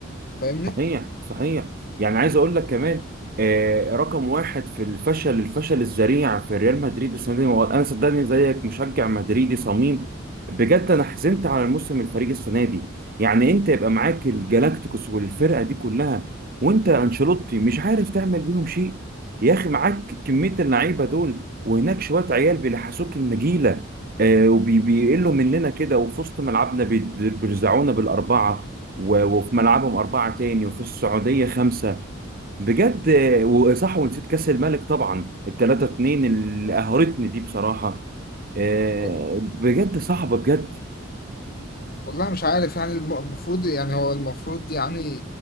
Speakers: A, on the left (about 50°); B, on the right (about 45°).
A: فاهمني؟
B: صحيح صحيح يعني عايز اقول لك كمان آه رقم واحد في الفشل الفشل الذريع في ريال مدريد السنه دي هو انا صدقني زيك مشجع مدريدي صميم بجد انا حزنت على الموسم الفريق السنه دي يعني انت يبقى معاك الجالاكتيكوس والفرقه دي كلها وانت انشيلوتي مش عارف تعمل بيهم شيء يا اخي معاك كميه اللعيبه دول وهناك شويه عيال بيلحسوك النجيله آه وبيقلوا مننا كده وفي وسط ملعبنا بيد- بيرزعونا بالاربعه و- وفي ملعبهم أربعة تاني وفي السعودية خمسة بجد آه، وصح ونسيت كأس الملك طبعا التلاتة اتنين اللي قهرتني دي بصراحة آه،
A: تمام.
B: بجد صعبة بجد
A: والله مش عارف يعني الم- المفروض يعني هو المفروض يعني